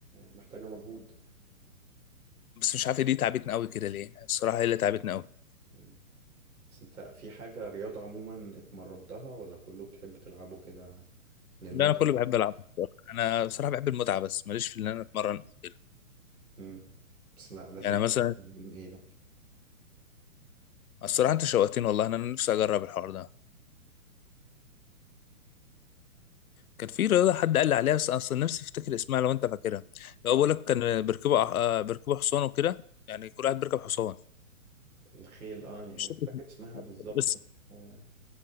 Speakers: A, on the right; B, on the left.
A: محتاجة مجهود
B: بس مش عارف دي تعبتنا قوي كده ليه الصراحه هي اللي تعبتنا قوي
A: مم. بس انت في حاجة رياضة عموما اتمرنتها ولا كله بتحب تلعبه كده للمتعة؟
B: لا انا كله بحب العب الصراحة. انا بصراحه بحب المتعه بس ماليش في ان انا اتمرن أو كده.
A: مم. بس لا لازم
B: يعني
A: تفهم
B: مثلا
A: ايه ده
B: الصراحة انت شوقتني والله انا نفسي اجرب الحوار ده كان في رياضة حد قال لي عليها بس اصلا نفسي افتكر اسمها لو انت فاكرها لو بقول لك كان بيركبوا آه، بيركبوا حصان وكده يعني كل واحد بيركب حصان
A: الخيل اه يعني
B: مش فاكر
A: مش فاكر
B: اسمها،
A: اسمها بالظبط
B: بس
A: بس آه